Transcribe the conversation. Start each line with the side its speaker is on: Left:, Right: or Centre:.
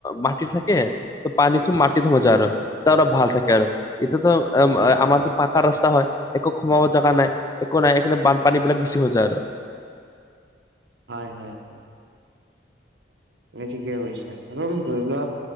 Left: মাটিৰ থাকে পানী মাটিত থব যায় আৰু ত আৰু ভাল থাকে আৰু। এতিয়াতো আমাৰতো পাকাৰ ৰাস্তা হয় একো সোমাব জাগা নাই। একো নাই এইকাৰণে বানপানী বিলাক বেছি হৈ যায় আৰু।
Right: হয় হয় হয়। উম ঠিকে কৈছা হ'ব উম ধৰি লোৱা